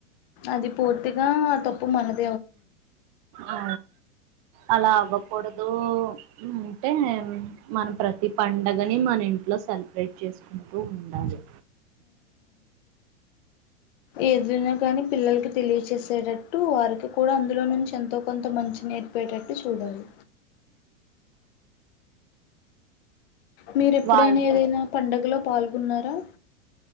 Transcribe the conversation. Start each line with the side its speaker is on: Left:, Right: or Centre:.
Left: అది పూర్తిగా <unintelligible>
Right: ఆ అలా అవ్వకూడదు. అంటే మన ప్రతి పండగని మన ఇం లో సెలబ్రేట్ చేసుకుంటూ ఉండాలి.
Left: ఏదైనా కానీ పిల్లలకి తెలియచేసేటట్టు వారికి కూడా అందులో నుంచి ఎంతో కొంత మంచి నేర్పేటట్టు చూడాలి. మీరు ఎప్పుడైనా
Right: వాళ్ళతో
Left: ఏదైనా పండుగలో పాల్గొన్నారా.